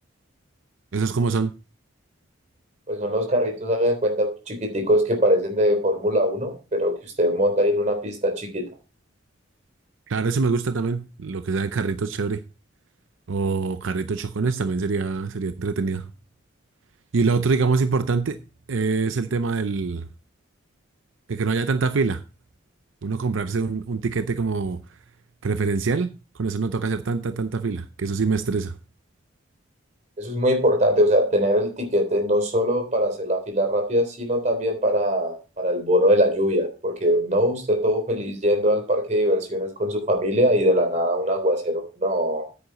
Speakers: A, on the right; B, on the right.
A: Esos como son.
B: Pues son los carritos, hagan cuenta, chiquiticos que parecen de Fórmula uno, pero que usted monta ahí en una pista chiquita.
A: Claro, eso me gusta también, lo que sea de carritos chévere o carritos chocones también sería, sería entretenido. Y lo otro, digamos, importante es el tema del, de que no haya tanta fila. Uno comprarse un, un tiquete como preferencial, con eso no toca hacer tanta, tanta fila, que eso sí me estresa.
B: Eso es muy importante, o sea, tener el tiquete no solo para hacer la fila rápida, sino también para, para el bono de la lluvia, porque no, usted todo feliz yendo al parque de diversiones con su familia y de la nada un aguacero. No,